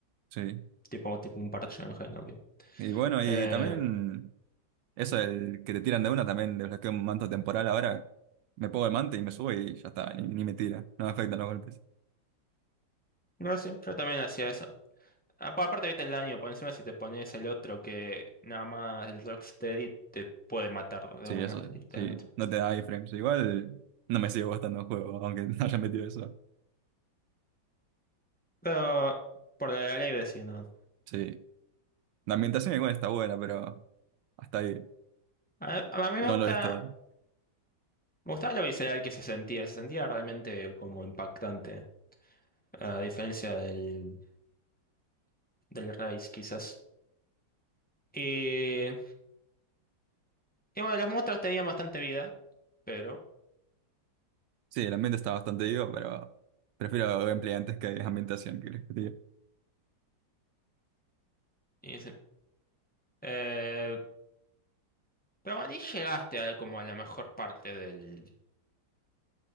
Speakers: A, on the right; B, in the centre.
A: Sí.
B: tipo, tipo un parche en general. ok.
A: Y bueno, y
B: Eh,
A: también. Eso, el que te tiran de una también desbloqueo un manto temporal ahora. Me pongo el manto y me subo y ya está, ni, ni me tira. No me afectan los golpes.
B: no sé, yo también hacía eso. Apa- Aparte, viste el daño por encima si te pones el otro que nada más el Rocksteady te puede matar de
A: Sí,
B: una,
A: eso,
B: literalmente.
A: sí. No te da iframes. Igual no me sigue gustando el juego, aunque <laughs> no haya metido eso.
B: Pero por la ley decir, ¿no?
A: Sí. La ambientación igual está buena, pero hasta ahí.
B: A, a mí
A: No
B: me gusta,
A: lo es todo.
B: me gustaba lo visceral que se sentía, se sentía realmente como impactante, a diferencia del, del Rise quizás. Y, y bueno, las muestras tenían bastante vida, pero...
A: Sí, el ambiente está bastante vivo, pero prefiero gameplay antes que ambientación, ¿qué crees que te diga?
B: y se- eh, Pero bueno, y llegaste a, como a la mejor parte del...